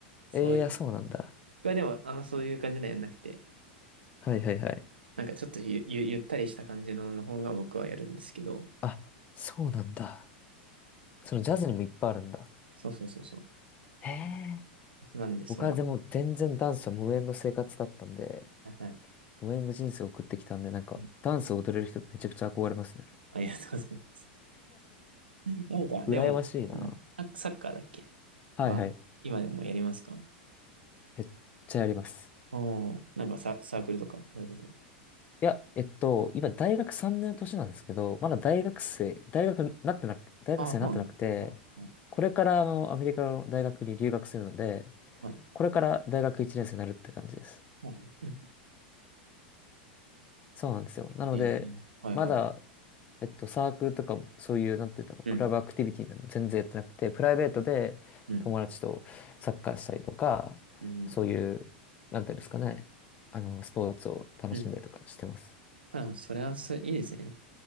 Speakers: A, on the right (about 75°); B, on the left (about 25°).
A: そういう。
B: ええ、そうなんだ。
A: 僕はでも、あんまそういう感じのやんなくて、
B: はいはいはい。
A: なんかちょっとゆ、ゆ、ゆったりした感じのの方が僕はやるんですけど、
B: あ、そうなんだ。そのジャズにもいっぱいあるんだ。
A: そうそうそうそ
B: へえ。
A: う。なんで、それ、
B: 僕はでも全然ダンスは無縁の生活だったんで、
A: はいはい。
B: 無縁の人生を送ってきたんで、なんか、
A: うん
B: ダンスを踊れる人ってめちゃくちゃ憧れますね。
A: ありがとうございます。<laughs> なんか、でも、
B: 羨ましいな。
A: なんだっけサッサッカーだっけ
B: はいはい。
A: は、今でもやりますか
B: めっちゃやります。
A: おー、なんかサ、サークルとか、それこそ。
B: いや、えっと、今大学3年の年なんですけど、まだ大学生、大学になってなく、大学生になってなくて、
A: ああ、そうなの。あはい
B: これからあの、アメリカの大学に留学するので、
A: はい
B: これから大学1年生になるって感じです。
A: そうなの。
B: そうなんですよ。なので、
A: えーはいはい。
B: まだ、えっと、サークルとかも、そういう、なんて言うんだろう、
A: うん、
B: クラブアクティビティなど全然やってなくて、プライベートで友達とサッカーしたりとか、
A: うん、うん、
B: そういう、なんていうんですかね、あの、スポーツを楽しんだりとかしてます。
A: うん。あ、でもそれはす、いいですね。